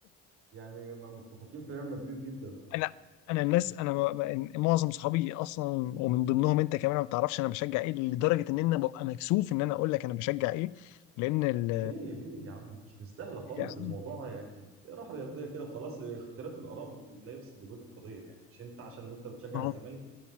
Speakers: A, on the right; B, on the left.
A: يعني ما متفقين في ريال مدريد جدا
B: انا انا الناس انا ما- ما- معظم صحابي اصلا ومن ضمنهم انت كمان ما بتعرفش انا بشجع ايه لدرجه ان انا ببقى مكسوف ان انا اقول لك انا بشجع ايه لان ال
A: ليه ليه يا عم مش مستاهله خالص
B: يعني
A: الموضوع يعني راح رياضيه كده وخلاص اختلاف الاراء ما بي- لا يفسد للود قضيه يعني مش انت عشان انت بتشجع
B: أهو.
A: الزمالك